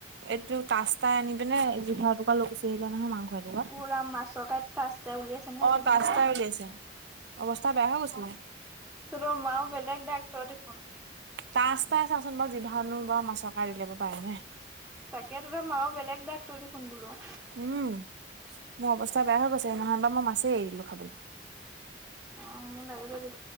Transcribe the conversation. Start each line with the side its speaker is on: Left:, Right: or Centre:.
Right: এইটো তাষ্টাই আনি পিনে জিভা এটোকুৰা লৈ গুচি আহিলে নহয় মাংস এটুকৰা।
Centre: পুৰা মাছ কঠটা আছে উলিয়াইছে নে
Right: অ
Centre: জিভাৰ
Right: তচ্তা
Centre: পৰা
Right: উলিয়াইছে অৱস্থা বেয়া হৈ গৈছিলে
Centre: তোৰ মাও বেলেগ ডাক্তৰ দেখোন
Right: তাছ ত চাচোন বাৰ জিভা বাৰ মাছৰ ক লব পাৰি নে
Centre: তাকে তোতাৰ মাও বেলেগ দাক ত দেখোন বোলো
Right: উম মোৰ অৱস্থা বেয়া হৈ গৈছে নহয়ব মই মাছেই এৰিলো খাবলৈ
Centre: অ মোৰ লাগি লাগি